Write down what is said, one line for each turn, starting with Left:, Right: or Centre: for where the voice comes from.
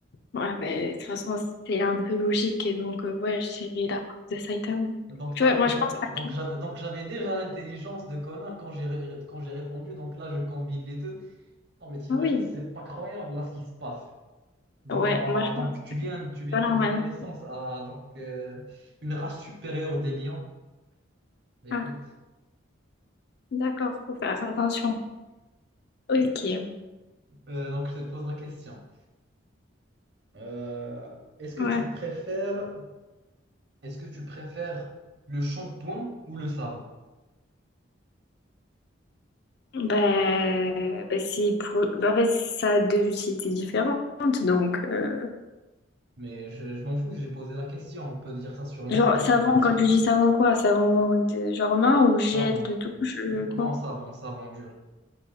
Left: Ouais, ben, de toute façon, c'est un peu logique. Et donc, euh, ouais, je dirais la prof de Saitama.
Right: Donc,
Left: Tu
Right: tu as
Left: vois,
Right: vu,
Left: moi,
Right: donc,
Left: je pense laquelle.
Right: donc j'avais donc j'avais déjà l'intelligence de Conan quand j'ai ré- quand j'ai répondu. Donc là, je combine les deux. Non, mais t'imagines,
Left: Ah oui.
Right: c'est pas croyable là ce qui se passe. Donc,
Left: Ouais,
Right: en-
Left: moi, je pense
Right: donc
Left: que
Right: tu
Left: c'est
Right: viens, tu viens
Left: pas
Right: de
Left: normal.
Right: donner naissance à donc, euh, une race supérieure des lions. Bah, Écoute,
Left: Ah, d'accord, faut faire attention. Ok.
Right: euh, donc je te pose la question. Euh, est-ce que
Left: Ouais.
Right: tu préfères, est-ce que tu préfères le shampoing ou le savon?
Left: Ben, ben si pour... ben, en fait, ça a deux utilités différentes. Donc, euh,
Right: Mais je, je m'en fous, j'ai posé la question. On peut dire ça sur n'importe
Left: genre, savon,
Right: quelle question.
Left: quand tu dis savon, quoi? Savon, de... genre main ou gel
Right: Savon.
Left: de douche, euh,
Right: Non,
Left: quoi?
Right: savon, savon dur.